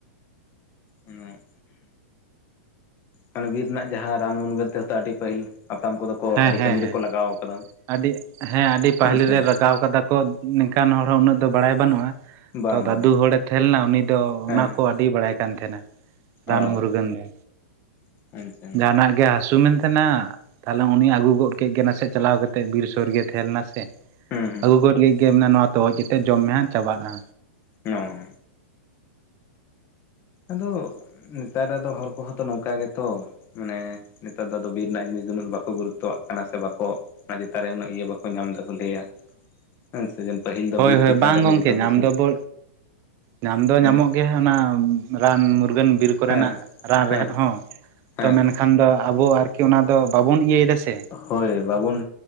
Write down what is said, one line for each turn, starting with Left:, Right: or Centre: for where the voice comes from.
Left: ᱩᱱᱟᱹᱜ ᱢᱟᱱᱮ ᱵᱤᱨ ᱨᱮᱱᱟᱜ ᱡᱟᱦᱟᱸ ᱨᱟᱱ ᱢᱩᱨᱱᱜᱟᱹᱱ ᱛᱮᱦᱚ ᱟᱹᱰᱤ ᱯᱟᱹᱦᱤᱞ ᱦᱟᱯᱲᱟᱢ ᱠᱚᱫᱚ ᱠᱚ
Right: ᱦᱮᱸ
Left: ᱟᱹᱰᱤ
Right: ᱦᱮᱸ
Left: ᱠᱟᱹᱢᱤ
Right: ᱦᱮᱸ
Left: ᱨᱮᱠᱚ ᱞᱟᱜᱟᱣ ᱠᱟᱫᱟ
Right: ᱟᱹᱰᱤ ᱦᱮᱸ ᱟᱹᱰᱤ ᱯᱟᱹᱟᱦᱤᱞᱤ
Left: ᱦᱮᱸ ᱥᱮ
Right: ᱨᱮ ᱞᱟᱜᱟᱣ ᱠᱟᱫᱟ ᱠᱚ ᱱᱤᱝᱠᱟᱱ ᱦᱚᱲ ᱦᱚᱸ ᱩᱱᱟᱹᱜ ᱫᱚ ᱵᱟᱲᱟᱭ ᱵᱟᱹᱱᱩᱜ-ᱟ
Left: ᱵᱟᱝ
Right: ᱛᱚ ᱫᱟᱫᱩ
Left: ᱵᱟᱝ
Right: ᱦᱚᱲᱮ ᱛᱟᱦᱮᱸ ᱞᱮᱱᱟ ᱩᱱᱤ ᱫᱚ
Left: ᱦᱮᱸ
Right: ᱚᱱᱟ ᱠᱚ ᱟᱹᱰᱤ ᱟᱹᱰᱤ ᱵᱟᱲᱟᱭ ᱠᱟᱱ ᱛᱟᱦᱮᱱᱟ ᱨᱟᱱ
Left: ᱚ
Right: ᱢᱩᱨᱜᱟᱹᱱ ᱜᱮ
Left: ᱟᱪᱪᱷᱟ
Right: ᱡᱟᱦᱟᱱᱟᱜ ᱜᱮ ᱦᱟᱹᱥᱩ ᱢᱮᱱ ᱛᱟᱦᱮᱱᱟ ᱛᱟᱦᱚᱞᱮ ᱩᱱᱤ ᱟᱹᱜᱩ ᱜᱚᱫ ᱠᱮᱫ ᱜᱮ ᱱᱟᱥᱮ ᱪᱟᱞᱟᱣ ᱠᱟᱛᱮᱫ ᱵᱤᱨ ᱥᱩᱨ ᱜᱮᱭ ᱛᱟᱦᱮᱸ ᱞᱮᱱᱟ ᱥᱮ
Left: ᱦᱩᱸ ᱦᱩᱸ
Right: ᱟᱹᱜᱩ ᱜᱚᱫ ᱞᱟᱹᱜᱤᱫ ᱜᱮ ᱱᱚᱣᱟ ᱛᱚᱜᱚᱡ ᱠᱟᱛᱮᱫ ᱡᱚᱢ ᱢᱮᱦᱟᱜ ᱪᱟᱵᱟᱜ-ᱟ
Left: ᱱᱚ ᱟᱫᱚ ᱱᱮᱛᱟᱨ ᱨᱮᱫᱚ ᱦᱚᱲ ᱠᱚᱦᱚᱸ ᱛᱚ ᱱᱚᱝᱠᱟ ᱜᱮᱛᱚ ᱢᱟᱱᱮ ᱱᱮᱛᱟᱨ ᱫᱚ ᱟᱫᱚ ᱵᱤᱨ ᱨᱮᱱᱟᱜ ᱡᱤᱱᱤᱥ ᱫᱚ ᱩᱱᱟᱹᱜ ᱵᱟᱠᱚ ᱜᱩᱨᱩᱛᱛᱚᱣᱟᱜ ᱠᱟᱱᱟ ᱥᱮ ᱵᱟᱠᱚ ᱚᱱᱟ ᱪᱮᱛᱟᱱ ᱨᱮ ᱩᱱᱟᱹᱜ ᱤᱭᱟᱹ ᱵᱟᱠᱚ ᱧᱟᱢ ᱮᱫᱟᱠᱚ ᱞᱟᱹᱭᱟ ᱦᱮᱸ ᱥᱮ ᱡᱮᱢᱚᱱ ᱯᱟᱹᱦᱤᱞ ᱫᱚ
Right: ᱦᱳᱭ
Left: ᱵᱤᱨ
Right: ᱦᱳᱭ
Left: ᱪᱮᱛᱟᱱ
Right: ᱵᱟᱝ
Left: ᱨᱮᱜᱮ
Right: ᱜᱚᱝᱠᱮ
Left: ᱡᱚᱛᱚ ᱠᱤᱪᱷᱩ
Right: ᱧᱟᱢ ᱫᱚ ᱵᱚ ᱧᱟᱢ ᱫᱚ
Left: ᱦᱩᱸ
Right: ᱧᱟᱢᱚᱜ ᱜᱮᱭᱟ ᱚᱱᱟ ᱨᱟᱱ ᱢᱩᱨᱜᱟᱹᱱ ᱵᱤᱨ ᱠᱚᱨᱮᱱᱟᱜ
Left: ᱦᱮᱸ
Right: ᱨᱟᱱ
Left: ᱦᱮᱸ
Right: ᱨᱮᱦᱮᱫ ᱦᱚᱸ
Left: ᱦᱮᱸ
Right: ᱛᱚ ᱢᱮᱱᱠᱷᱟᱱ ᱠᱷᱟᱱ ᱫᱚ ᱟᱵᱚ ᱟᱨᱠᱤ ᱚᱱᱟ ᱫᱚ ᱵᱟᱵᱚᱱ ᱤᱭᱟᱹᱭ ᱫᱟ ᱥᱮ
Left: ᱦᱳᱭ ᱵᱟᱵᱚᱱ